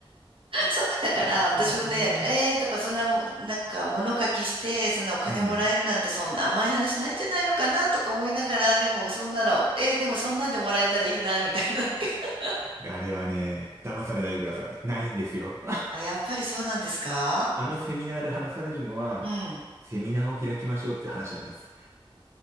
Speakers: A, on the right; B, on the right.
A: そう、だから私もね、
B: あ、あれはな。
A: えーとかそんなもん、なんか物書きして、そんなお金もらえるなんてそんな甘い話ないんじゃないのかなとか思いながら、
B: うん。
A: でもそんなの、えーでもそんなんでもらえたらいいな、みたいな。<laughs>
B: あれはね、騙されないでください。ないんですよ。
A: あ、やっぱりそうなんですか
B: <laughs> あのセミナーで話されるのは、
A: うん。
B: セミナーを開きましょうって話なんです。